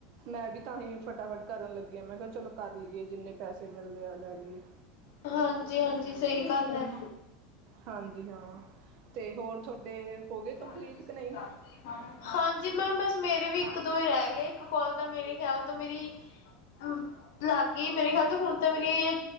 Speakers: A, on the right; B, on the left.
A: ਮੈਂ ਵੀ ਤਾਂ ਹੀ ਫਟਾਫਟ ਕਰਨ ਲੱਗੀ ਹਾਂ, ਮੈਂ ਕਿਹਾ ਚਲੋ ਕਰ ਲਈਏ, ਜਿੰਨੇ ਪੈਸੇ ਮਿਲਦੇ ਆ ਲੈ ਲਈਏ।
B: ਹਾਂਜੀ ਹਾਂਜੀ, ਸਹੀ ਗੱਲ ਹੈ।
A: ਹਾਂਜੀ ਹਾਂ, ਅਤੇ ਹੋਰ ਤੁਹਾਡੇ ਹੋ ਗਏ ਕੰਪਲੀਟ
B: ਹ-
A: ਕਿ ਨਹੀਂ
B: ਹਾਂਜੀ ਮੈਮ ਬਸ ਮੇਰੇ ਵੀ ਇੱਕ ਦੋ ਹੀ ਰਹਿ ਗਏ, ਇੱਕ ਕੋਲ ਤਾਂ ਮੇਰੇ ਖਿਆਲ ਤੋਂ ਮੇਰੀ ਹਾਂ- ਲੱਗ ਗਈ, ਮੇਰੇ ਖਿਆਲ ਤੋਂ ਹੁਣ ਤਾਂ ਮੇਰੀ ਇਹ